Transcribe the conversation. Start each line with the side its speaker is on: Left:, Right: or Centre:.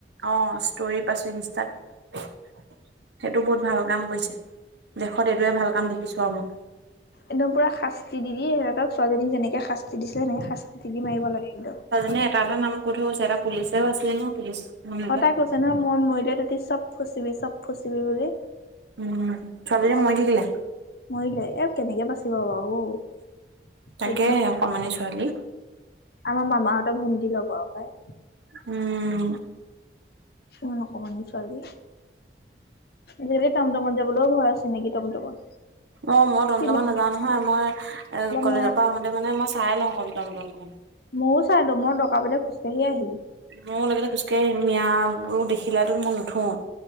Right: অ', ষ্টৰি পাইছো ইনষ্টাত। সেইটো বহুত ভাল কাম কৰিছে। দেশত এইটোৱে ভাল কাম দেখিছো আৰু মই।
Left: একদম পুৰা শাস্তি দিদদি সিহঁতক ছোৱজনী যেনেকে শাস্তি শাস্তি দিছিলে নে শাস্তি দি মাৰিব লাগিব <unintelligible>
Right: তাজনে এটা এটা নাম কৈ থৈ গৈছে এটা পুলিচও আছিলে ন পুলিচ মানুহ এটা
Left: অ', তাই কৈছে নহয় মই মৰিদিয় তাঁতি চব ফুচিবি চব ফুচিবি বুলি।
Right: উম ছোৱালীজনী
Left: চবকে
Right: মৰি থাকিলে
Left: মৰিলে এ কেনেকে বাচিব বাৰু অ'?
Right: তাকে
Left: চৈধ্য
Right: অকমানি ছোৱালী।
Left: আমাৰ মামাহঁতৰ ভণ্টি লগৰ পাই।
Right: উম।
Left: <unintelligible> অকমনি চোৱালি। আজিকালি টমটামত যাবলৈও ভয় আছে নেকি টমটমত।
Right: অ', মই টমজমত
Left: চিনাকি
Right: নাযাওঁ নহয় মই এ
Left: অলপ
Right: কলেজৰ
Left: নাই
Right: পৰা আহোতে মানে মই চাই লওঁ কম দমদমখন।
Left: ময়ো চাই দেো মই দৰকাৰ পৰিলে খোজকাঢ়ি আহিম।
Right: মোৰ লগেতে খোজকাঢ়ি আহিম, মিয়াবোৰো দেখিলাটো মই নুঠো।